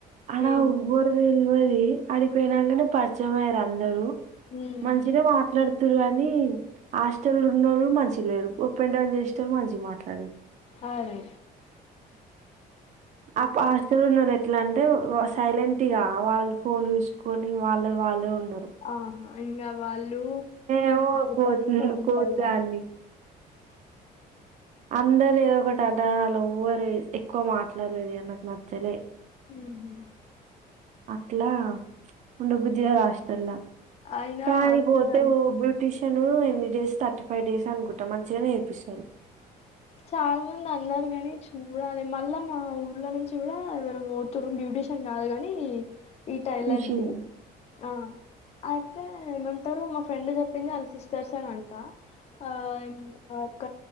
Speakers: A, on the right; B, on the left.
A: ఆడ
B: ఏంలేదు
A: ఒవ్వరు తెల్వది అడికిపోయినంగనే పరిచయం అయ్యారు అందరు
B: ఉమ్
A: మంచినే మాట్లాడత తురు కానీ హాస్టల్ ఉన్నోళ్లు మంచిగా లేరు అప్ అండ్ డౌన్ చేసేటోళ్ళు మంచిగా మాట్లాడిన్రు.
B: అరే
A: ఆ హాస్టల్ ఉన్నోళ్ళు ఎట్లా అంటే సైలెంట్గా వాళ్ళు ఫోన్ చూసుకొని వాళ్ళ వాళ్ళే ఉన్
B: ఆహా ఇంగ వాళ్ళు
A: ఏమో
B: ఎప్పటనుంచో
A: కోచ్
B: ఉంటదిగా
A: కోచ్దాన్ని అందరు ఏదొకటి జంటగాల్లు ఎవ్వరు ఎక్కువ మాట్లాడలేదు ఇగ నాకు నచ్చలే
B: ఉహు
A: అట్లా ఉండ బుదిగద్ హాస్టల
B: అయినా
A: కా
B: హాస్టల్
A: ఇది బోతే
B: అం
A: ఓ బ్యూటిషి నేను ఎన్ని డేస్ థర్టీ ఫైవ్ డేస్ అనుకుంట మంచిగానే నేర్పిస్తరు
B: చాలా మంది అన్నారు కానీ చూడాలి మళ్ళా మా ఊర్లో నుంచి కూడా ఎవరో పోతున్నరు బ్యూటీషియన్ కాదు గానీ ఈ టైలర్
A: మిషన్
B: ది ఆ ఐతే ఏమంటారు మా ఫ్రెండ్ చెప్పింది ఆళ్ళ సిస్టర్స్ ఎ అంట ఆ ఒక